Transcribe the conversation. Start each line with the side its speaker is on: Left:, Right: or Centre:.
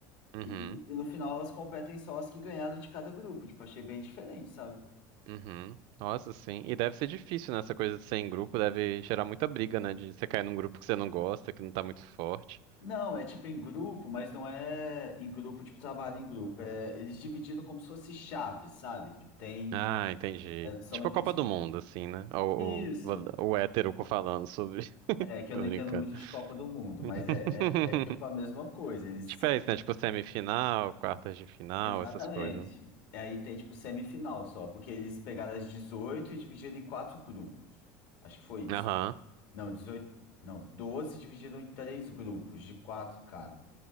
Right: uhum,
Left: E, e no final elas competem só as que ganharam de cada grupo. Tipo, achei bem diferente, sabe?
Right: uhum. Nossa, sim. E deve ser difícil, né? Essa coisa de ser em grupo deve gerar muita briga, né? De você cair num grupo que você não gosta, que não tá muito forte.
Left: Não, é tipo em grupo, mas não é em grupo, tipo, trabalho em grupo. É, eles dividiram como se fosse chave, sabe? Tipo, tem.
Right: Ah, entendi.
Left: é, são
Right: Tipo
Left: de...
Right: a Copa do Mundo, assim, né? O,
Left: Isso.
Right: o, o hétero falando sobre. <laughs>
Left: É que eu
Right: Tô
Left: não
Right: brincando.
Left: entendo muito de Copa do Mundo,
Right: <laughs>
Left: mas é, é, é tipo a mesma coisa. Eles são-
Right: Tipo, é isso, né? Tipo semifinal, quartas de final,
Left: Exatamente.
Right: essas coisas.
Left: E aí tem tipo semifinal só, porque eles pegaram as 18 e dividiram em quatro grupos. Acho que foi isso.
Right: Aham.
Left: Não, 18. Não, 12 dividiram em três grupos, de quatro cada.